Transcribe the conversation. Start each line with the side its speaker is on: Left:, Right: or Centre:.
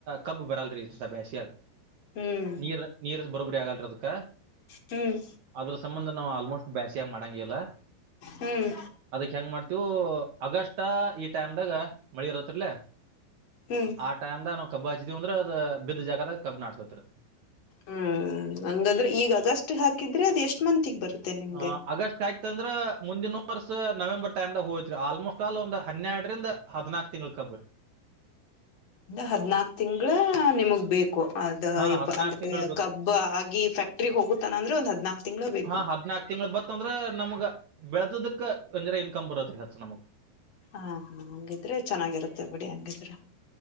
Right: ಕಬ್ಬ ಬರಲ್ರಿ ಇಂತ ಬೇಾಸಿಯಾಗ
Left: ಹ್ಮ್
Right: ನೀರು ನೀರು ಬರಬುರಿ ಆಗಲ್ದಕ್ಕ
Left: ಹ್ಮ್
Right: ಅದ್ರ ಸಂಬಂಧ ನಾವು ಆಲ್ಮೋಸ್ಟ್ ಬ್ಯಾಸಿಯಾಗ ಮಾಡಂಗಲ್ಲ
Left: ಹ್ಮ್
Right: ಅದಕ್ ಹೆಂಗ್ ಮಾಡ್ತಿವು ಅಗಸ್ಟ್ ಈ ಟೈಮ ದಾಗ ಮಳಿ ಇರತ್ರಿಲೇ
Left: ಹ್ಮ್
Right: ಆ ಟೈಮ್ ನವು ಕಬ್ ಹಚಿದತಿವಿಂದ್ರ ಅದ ಬಿದ್ ಜಾಗದಾಗ ಕಬ್ ನಾತತ್ರಿ
Left: ಹ್ಮ್ ಹಂಗಾದ್ರೆ ಈಗ ಅಗಸ್ಟ್ ಹಾಕಿದ್ರೆ ಅದ ಎಷ್ಟ್ ಮಂತಗ್ ಬರುತ್ತೆ ನಿಮ್ಗೆ
Right: ಹ ಆಗಸ್ಟ್ ಆಯ್ತ ಅಂದ್ರ ಮುಂದಿನ ವರ್ಷ ನವೆಂಬರ್ ಟೈಮ್ ದಾಗ ಹೋಯ್ತ್ರಿ ಆಲ್ಮೋಸ್ಟ್ ಅಲ್ ಒಂದು ಹನ್ನೆರಡರಿಂದ ಹದ್ನಾಕ್ ತಿಂಗಳಕ್ಬ್ಬರಿ
Left: ಹದ್ನಾಕ ತಿಂಗಳ ನಿಮಗ್ ಬೇಕು ಅದ
Right: ಹಾ ಹದಿನಾಲ್ಕು
Left: ಅಂದ್ರೆ
Right: ತಿಂಗಳ
Left: ಕಬ್ಬ ಆಗಿ ಫ್ಯಾಕ್ಟ್ರ ಹೋಗುತ್ತಾನ ಅಂದ್ರೆ ಒಂದ ಹದ್ನಾಕ ತಿಂಗಳ ಬೇಕು
Right: ಹಾ ಹದಿನಾಕು ತಿಂಗಳು ಬತ್ ಅಂದ್ರೆ ನಮಗ ಬೆಳತದಕ್ <unintelligible> ಇನ್ಕಮ್ ಬರತ್ ರೀ ಹೆಸ ನಮಗ್
Left: ಹಾ ಹಾ ಹಂಗಿದ್ರೆ ಚೆನ್ನಾಗಿರುತ್ತೆ ಬಿಡಿ ಹಂಗಿದ್ರೆ